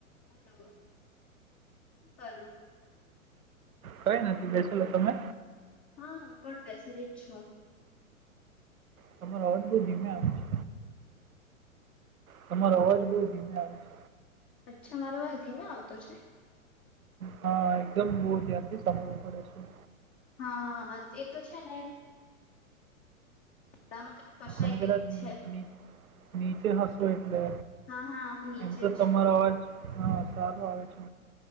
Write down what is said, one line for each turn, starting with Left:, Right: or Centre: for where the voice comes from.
Left: Hello શું કરો
Right: કઈ નથી ક્રરતો તમે
Left: હા હું પણ મેસરી જ છું
Right: તમારો અવાજ બઉ ધીમે આવે છે તમારો અવાજ બહ ધીમે આવે છે.
Left: અચ્છા મારો વાસ ધીમા આવતો છે.
Right: હા એકદમ બહુ ધ્યાનથી સમજવું પડે છે
Left: હા એ તો છે ને માં કઈ ફસાઈ
Right: તમે
Left: ગયું
Right: કદાચ ની-
Left: છે
Right: ની- નીચે હસો એટલે
Left: હા હા હું નીચે
Right: એમ તો
Left: જ
Right: તમારો
Left: છું
Right: અવાજ હા સારું આવે છે.